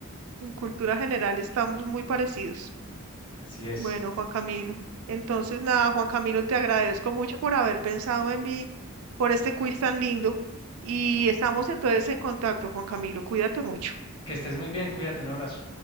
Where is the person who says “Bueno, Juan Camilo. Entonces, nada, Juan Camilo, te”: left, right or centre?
Right